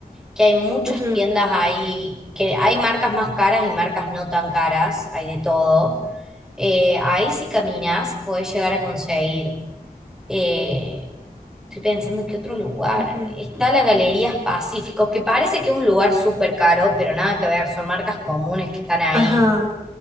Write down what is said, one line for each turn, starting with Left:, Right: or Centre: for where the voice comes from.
Centre: que hay muchas
Right: Ujú,
Centre: tiendas ahí, que hay marcas más caras y marcas no tan caras, hay de todo. Eh, ahí si caminas podés llegar a conseguir. eh, estoy pensando en qué otro lugar.
Right: ujú.
Centre: Está la Galerías Pacíficos, que parece que es un lugar súper caro, pero nada que ver, son marcas comunes que están ahí.
Right: Ajá.